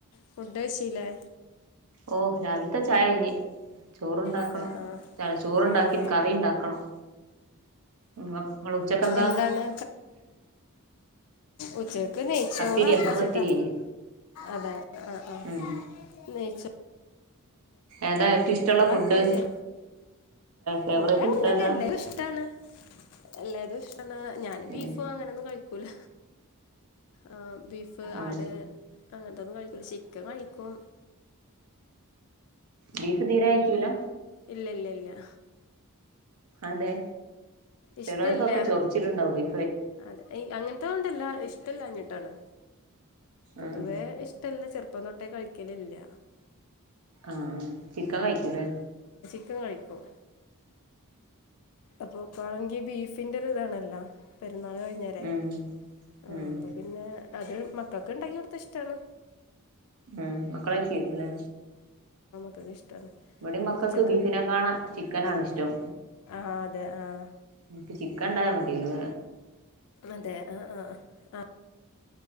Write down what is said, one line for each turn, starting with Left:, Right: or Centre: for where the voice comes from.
Left: ഫുഡ് കഴിച്ചില്ലേ
Right: ഓ രാവിൽത്തെ ചായ ഇനി ചോറുണ്ടാക്കണം
Left: അതെ ആഹ്
Right: ചൽ ചോറണ്ടാക്കിനു
Left: ആഹ്
Right: കറി ഇണ്ടാക്കണം ഇങ്ങ ഇങ്ങൾ ഉച്ചക്കെന്താ?
Left: എന്താണ് ഉച്ചക് ക്ക്‌ നെയ്ച്ചോറ്
Right: പത്തിരിയാ
Left: ആക്കാ
Right: ഇന്ന്
Left: ച്ചിട്ടാ
Right: പത്തിരിയേനി
Left: അതെ ആഹ് ആഹ്
Right: ഉം
Left: നെയച്ചോ
Right: ഏതാ ഏറ്റവും ഇഷ്ടമുള്ള
Left: കൊറേക്ക
Right: ഫുഡ്
Left: വിചാ
Right: ഫേവറേറ്റ്
Left: ഫുഡങ്ങനൊന്നു
Right: ഫുഡ്
Left: ഇല്ല
Right: ഏതാ
Left: എല്ലാതും ഇഷ്ടാണ് എല്ലാതും ഇഷ്ട്ടാണ് ഞാന്
Right: ഉം
Left: ബീഫോ അങ്ങനെ ഒന്നും കഴി ക്കൂല ആഹ് ബീഫ്,
Right: ഉം
Left: ആട് അങ്ങനത്തോന്നും കഴിക്കൂല ചിക്കൻ കഴിക്കും.
Right: ബീഫ് തീരെയയ്ക്കൂല
Left: ഇല്ലല്ലല്ലാ
Right: അതെ
Left: ഇഷ്ടമല്ല
Right: ചെലർക്കൊക്കെ ചൊറിച്ചില് ഉണ്ടാവൂല്ലേ
Left: അതെ എഹ് അങ്ങനത്തെ കൊണ്ടല്ല ഇഷ്ടല്ലാഞ്ഞി ട്ടണ് പൊതുവെ
Right: ഉം
Left: ഇഷ്ടല്ല ചെറുപ്പ് പ്പം തൊട്ടേ കഴിക്കലില്ല
Right: ആഹ് ചിക്കൻ കഴിക്കൂലെ
Left: ക്കൻ കഴിക്കും അപ്പൊ പഴ ഈ ബീഫിന്റൊരു ഇതാണല്ലോ പെരുന്നാൾ കഴിഞ്ഞരെ
Right: ഉം
Left: ആ
Right: ഉം
Left: അപ്പ പിന്നെ അത് മക്ക ക്ക്ണ്ടാക്കി കൊടുത്ത ഇഷ്ടാണ്
Right: ആ മക്കള് കഴിക്കോയ്ക്കൂലേ
Left: <unintelligible>
Right: ഇവിടെ മക്കക്ക്
Left: ഉച്ചക്ക്
Right: ബീഫിനെ കാണ ചിക്കനാണിഷ്ടം
Left: ആഹ് അതെ ആഹ്
Right: ഇൻക്ക് ചിക്ക ഇണ്ടായ മതില്
Left: അതെ ആഹ് ആഹ് ആഹ് ആ